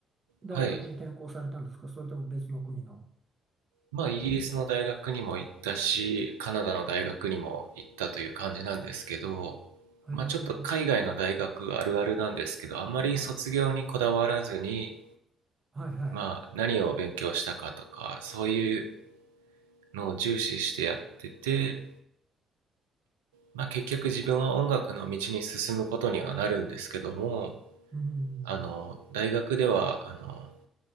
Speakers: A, on the right; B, on the right.
A: 大学に転校されたんですかそれとも別の国の。
B: はい。まあ、イギリスの大学にも行ったし、カナダの大学にも行ったという感じなんですけど、
A: へえ、
B: まあ、ちょっと海外の大学あるあるなんですけど、あまり卒業にこだわらずに、
A: はい、はい、はい。
B: まあ、何を勉強したかとか、そういうのを重視してやってて、まあ、結局自分は音楽の道に進むことにはなるんですけども
A: うん、
B: あの大学ではあの